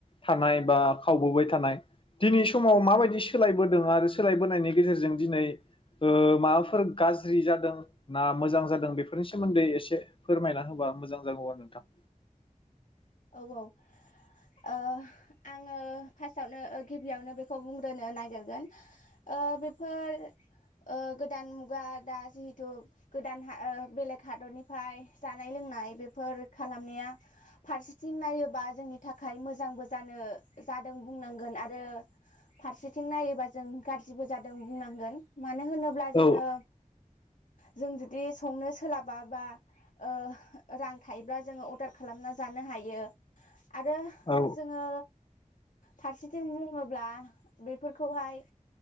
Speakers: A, on the left (about 40°); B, on the left (about 65°).
A: थानाय बा खावबोबाय थानाय दिनै समाव माबायदि सोलायबोदों आरो सोलायबोनायनि गेजेरजों दिनै ओ माबाफोर गाज्रि जादों ना मोजां जादों बेफोरनि सोमोन्दै एसे फोरमायना होबा मोजां जागौ आरो नोंथां।
B: औ औ ओ आङो फा सावनो ओ गिबियावनो बेखौ बुंग्रोनो नागिरगोन ओ बेफोर ओ गोदान मुगा दा जिहेथु गोदान हा ओ बेलेग हादरनिफ्राय जानाय लोंनाय बेफोर खालामनाया फारसेथिं नायोबा जोंनि थाखाय मोजांबो जानो जादों बुंनांगोन आरो फारसेथिं नायोबा जों गाज्रिबो जादों बुंनांगोन। मानो होनोब्ला जोङो
A: औ
B: जों जुदि संनो सोलाबाबा ओ रां थायोब्ला जोङो अर्डार खालामना जानो हायो आरो
A: औ
B: जोङो फारसेथिं बुङोब्ला बेफोरखौहाय